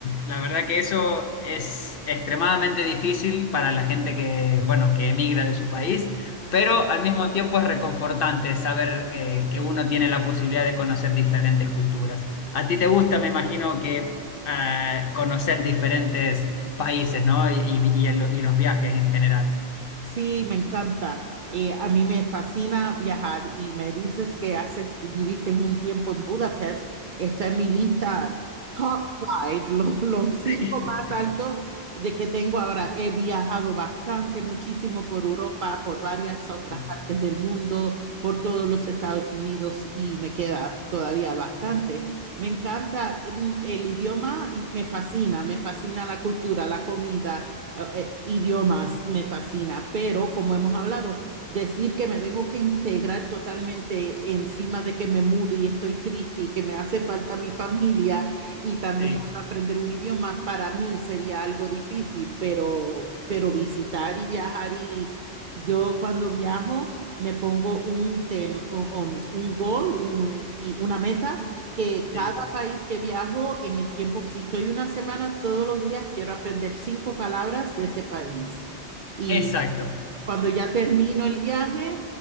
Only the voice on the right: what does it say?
Sí, me encanta. Eh, a mí me fascina viajar y me dices que haces, viviste un tiempo en Budapest. Está en mi lista top five, <laughs> lo- los, cinco
más
altos de que tengo ahora. He viajado bastante, muchísimo por Europa, por varias otras
partes del mundo, por todos los Estados Unidos y me queda todavía bastante. Me encanta, mm, el idioma me fascina, me fascina la cultura, la comida eh, eh, idiomas me fascina, pero como hemos hablado, decir que me tengo que integrar totalmente encima de que me mudo y estoy triste y que me hace falta mi familia y también
aprender un idioma, para mí sería algo difícil, pero, pero visitar y viajar y yo cuando viajo me pongo un tem, o- o un goal, un- y una meta que cada
país que viajo, en el tiempo, si estoy una semana, todos los días quiero aprender cinco palabras de ese país. Y
cuando ya termino el viaje,